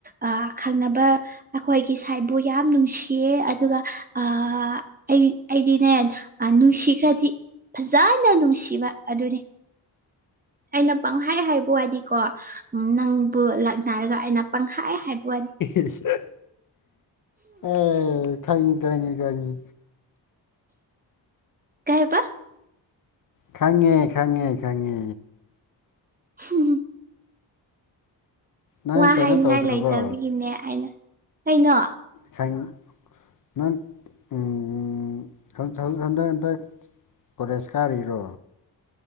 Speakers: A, on the right; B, on the left.
A: ꯑꯥ ꯈꯪꯅꯕ ꯑꯩꯈꯣꯏꯒꯤ ꯁꯥꯏꯕꯨ ꯌꯥꯝ ꯅꯨꯡꯁꯤꯌꯦ ꯑꯗꯨꯒ ꯑ ꯑꯩ ꯑꯩꯗꯤꯅꯦ ꯑ ꯅꯨꯡꯁꯤꯈ꯭ꯔꯥꯗꯤ ꯐꯖꯅꯥ ꯅꯨꯡꯁꯤꯕ ꯑꯗꯨꯅꯤ ꯑꯩꯅ ꯄꯪꯈꯥꯏ ꯍꯥꯏꯕ ꯋꯥꯅꯤꯀꯣ ꯎꯝ ꯅꯪꯕꯨ ꯂꯥꯛꯅꯔꯒ ꯑꯩꯅ ꯄꯪꯍꯥꯏ ꯍꯥꯏꯕ ꯋꯥꯅꯤ
B: ꯏꯁ ꯑꯦ ꯈꯪꯉꯤ ꯈꯪꯉꯤ ꯈꯪꯉꯤ
A: ꯀꯩꯕ
B: ꯈꯪꯉꯦ ꯈꯪꯉꯦ ꯈꯪꯉꯦ
A: <inaudible>
B: ꯅꯪ
A: ꯋꯥ
B: ꯀꯩꯅꯣ
A: ꯍꯥꯏꯅꯤꯡꯉꯥꯏ
B: ꯇꯧꯗ꯭ꯔꯕꯣ
A: ꯂꯩꯇꯕꯤꯒꯤꯅꯦ ꯑꯩꯅ ꯀꯩꯅꯣ
B: ꯈꯪ ꯅꯪ ꯎꯝ ꯈꯟꯗꯛ ꯍꯟꯗꯛ ꯍꯟꯗꯛ ꯀꯣꯂꯦꯖ ꯀꯥꯔꯤꯔꯣ